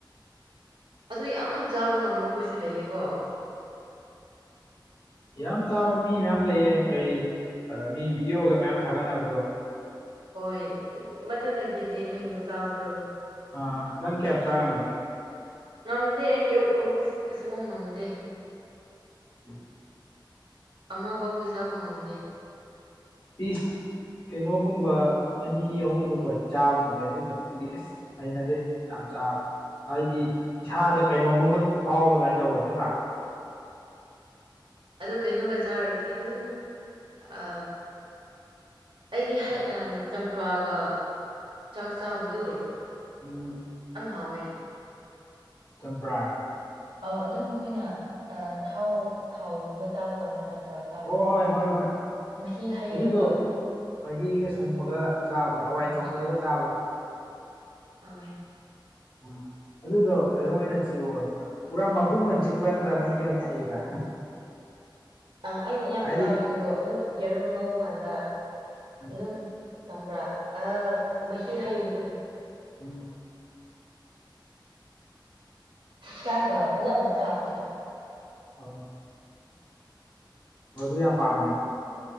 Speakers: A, on the right; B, on the left.
A: ꯑꯗꯨ ꯌꯥꯝ ꯆꯥꯕ ꯉꯝꯕ ꯈꯣꯏꯁꯨ ꯂꯩꯌꯦꯀꯣ
B: ꯌꯥꯝ ꯆꯥꯕ ꯃꯤ ꯃꯌꯥꯝ ꯂꯩꯌꯦ ꯀꯩ ꯃꯤ ꯚꯤꯗꯤꯑꯣꯒ ꯃꯌꯥꯝ ꯊꯥꯒꯠꯅꯕꯗꯣ
A: ꯍꯣꯏ ꯎ ꯃꯊꯟꯅ ꯀꯦꯖꯤ ꯑꯅꯤꯒꯨꯝꯕ ꯆꯥꯕꯗꯣ
B: ꯑ ꯅꯪ ꯀꯌꯥꯝ ꯆꯥꯉꯝꯃꯤ
A: ꯉꯝꯗꯦ ꯑꯩꯗꯤ ꯑꯣꯛ ꯑꯣꯇꯤ ꯑꯁ ꯁꯨꯛꯉꯝ ꯉꯝꯗꯦ
B: ꯎꯝ
A: ꯑꯃ ꯐꯥꯎꯕ ꯆꯥꯕ ꯉꯝꯗꯦ
B: ꯄꯤꯁ ꯀꯩꯅꯣꯒꯨꯝꯕ ꯑꯅꯤ ꯑꯍꯨꯝꯒꯨꯝꯕꯗꯤ ꯆꯥꯕ ꯉꯝꯃꯦ ꯑꯗꯨꯒꯤ ꯃꯇꯨꯡꯗꯤ ꯑꯁ ꯍꯩꯅꯗꯦ ꯌꯥꯝ ꯆ ꯍꯥꯏꯗꯤ ꯏꯁꯥꯗ ꯀꯩꯅꯣꯝ ꯑꯃ ꯐꯥꯎꯕ ꯑꯗꯨꯃꯥꯏꯅ ꯇꯧꯕ ꯅꯠꯇꯔꯥ <inaudible>
A: ꯑꯗꯣ ꯀꯩꯅꯣꯒ ꯆꯥꯔꯗꯤ ꯑꯗꯨꯝ ꯑ ꯑꯩꯗꯤ ꯍꯩ ꯆꯝꯄ꯭ꯔꯥꯒ ꯆꯥꯛ ꯆꯥꯕꯗꯨ
B: ꯎꯝ
A: ꯌꯥꯝ ꯍꯥꯎꯋꯦ
B: ꯆꯝꯄ꯭ꯔꯥꯒ
A: ꯑ ꯑꯗꯨꯝ ꯑꯩꯈꯣꯏꯅ ꯑꯥ ꯊꯥꯎ ꯊꯥꯎꯒꯨꯝꯕ ꯆꯥꯕ ꯀꯥꯟꯗ ꯆꯝꯄ꯭ꯔꯥ ꯆꯥꯕꯗꯨ
B: ꯑꯣ ꯍꯣꯏ ꯍꯣꯏ ꯍꯣꯏ ꯑꯥ
A: ꯃꯍꯤ ꯍꯩꯔꯒ
B: ꯑꯗꯨꯗꯣ ꯃꯍꯤꯒ ꯁꯨꯝꯃꯒ ꯆꯥꯕꯗꯣ ꯍꯋꯥꯏ
A: ꯎꯝ
B: ꯊꯣꯡꯕꯗꯒ ꯆꯥꯕꯗꯣ
A: ꯍꯥꯎꯋ‌ꯦ
B: ꯎꯝ ꯑꯗꯨꯗꯣ ꯀꯩꯅꯣ ꯑꯣꯏꯅ ꯊꯤꯌꯣ ꯍꯥꯏꯕ ꯄꯨꯔꯥ ꯃꯄꯨꯝ ꯑꯣꯏꯅ ꯆꯤꯛꯄ꯭ꯔꯥ ꯅꯠꯇ꯭ꯔꯥ ꯃꯍꯤ ꯑꯣꯏꯅ ꯍꯩꯕ꯭ꯔꯥ
A: ꯑꯥ ꯑꯩꯅ ꯑꯌꯥꯝꯕ
B: ꯍꯥꯏꯗꯤ
A: ꯆꯥꯒꯤꯅꯤꯀꯣ ꯑꯗꯨꯝ ꯖ‌ꯦꯔꯨꯝ ꯉꯧꯕ ꯀꯥꯟꯗ
B: ꯎꯝ
A: ꯗꯨꯝ ꯇꯝꯄ꯭ꯔꯥ ꯑꯥ ꯃꯍꯤ ꯍꯩꯕꯗꯨ
B: ꯎꯝ
A: ꯆꯥꯛꯀ ꯄꯨꯂꯞꯅ ꯆꯥꯕꯗꯣ
B: ꯑꯣ ꯍꯣ ꯑꯗꯨ ꯌꯥꯝ ꯄꯥꯝꯒꯅꯨ